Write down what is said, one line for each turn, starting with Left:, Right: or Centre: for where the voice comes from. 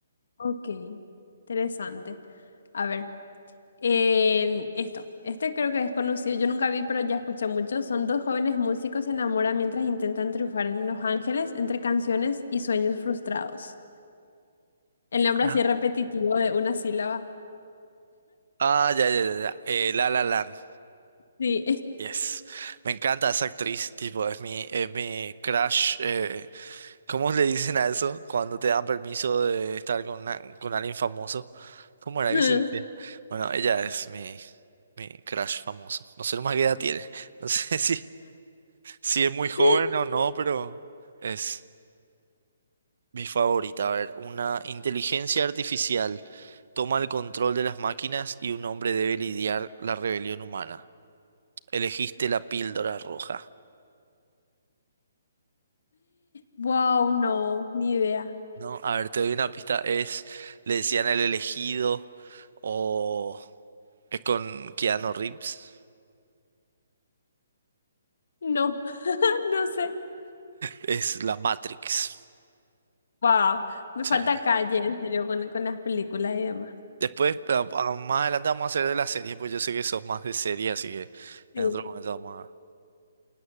Left: Ok, interesante. A ver, en esto. Este creo que es conocido. Yo nunca vi, pero ya escuché mucho. Son dos jóvenes músicos se enamoran mientras intentan triunfar en Los Ángeles entre canciones y sueños frustrados. El nombre
Right: Ah,
Left: así repetitivo de una sílaba.
Right: Ah, ya, ya, ya, ya. Eh, La La Land.
Left: Sí.
Right: Yes. Me encanta esa actriz, tipo, es mi, es mi crush. eh, ¿cómo le dicen a eso cuando te dan permiso de estar con, una- con alguien famoso? ¿Cómo era
Left: <laughs>
Right: que se decía? Bueno, ella es mi, mi crush famoso. No sé nomás qué edad tiene. No sé <laughs> si, si es muy joven
Left: <laughs>
Right: o no, pero es mi favorita. A ver, una inteligencia artificial toma el control de las máquinas y un hombre debe lidiar la rebelión humana. Elegiste la píldora roja.
Left: Wow, no, ni idea.
Right: No, a ver, te doy una pista. Es, le decían el elegido o es con Keanu Reeves.
Left: No, <laughs> no sé.
Right: Es la Matrix.
Left: Wow,
Right: O
Left: me falta
Right: sea,
Left: calle, en serio, con, con las películas y demás.
Right: después, a- a- más adelante vamos a hacer de la serie, pues yo sé que sos más de serie, así que
Left: Este,
Right: en otro momento vamos a...